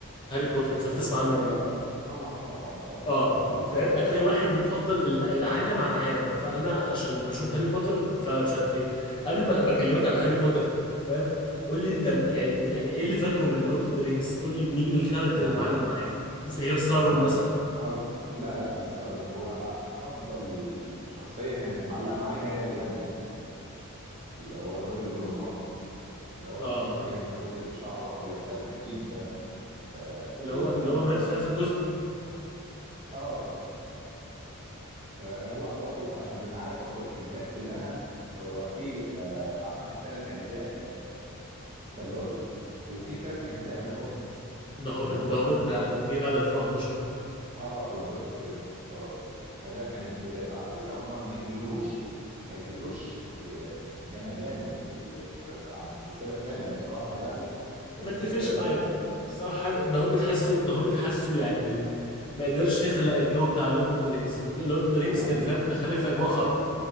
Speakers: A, on the left; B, on the right.
A: هاري بوتر
B: هي
A: مش عارف تسمع
B: بوتر
A: عنه
B: اكيد
A: ولا
B: طب طبعا طبعا طبعا
A: اه
B: طبعا يا باشا
A: فاهم هتلاقي
B: اسمع
A: واحد
B: ايه
A: بيفضل ال- العالم عن عالم فانا عشان بشوف هاري بوتر فمش عارف ايه قبل ما ما اكلمك على هاري بوتر فاهم قول لي انت يعني يعني ايه اللي فاكره من لورد اوف ذا رينجز قول لي مين الكاركتر
B: آه
A: اللي معلق معاك زي- غير سارون
B: آه
A: مثلا
B: أف... لا لا مش سارن هو أ... أ- افضل شخصيه كانت معلقه معايا هي جاندلف اللي هو الراجل الرمادي اللي هو
A: اه
B: الراجل العجوز اللي شعره ابيض ده الحكيم ده آه
A: اللي
B: اللي
A: هو اللي
B: كان
A: هو
B: يعتبر
A: مات في اخر جزء
B: اه آه، هو هو بص عشان تبقى عارف برضو الاجزاء كلها هو في آه اعتقد ثلاث اجزاء ذا لورد وفي ثلاث اجزاء ذا هوبيتس
A: ده هوبيت
B: اللي هما
A: ده هوبيت
B: الاقزام
A: جه بعد 2011
B: اه بالظبط كده اه فده كان امتداده على فكره هم ما يقلوش ما يقلوش آه، جمدان في ال- في- عن السلسله الثانيه بصراحه يعني بس
A: ما اتفقش
B: آه،
A: معاك بصراحه ده هوبيت حاسه ده هوبيت حاسه يعني ما قدرش يخلق
B: هو
A: الجو بتاع لورد اوف ذا رينجز لورد اوف
B: ده
A: ذا رينجز
B: حقيقه
A: كان فاهم دخلك في اجواء
B: اه
A: حرب
B: اه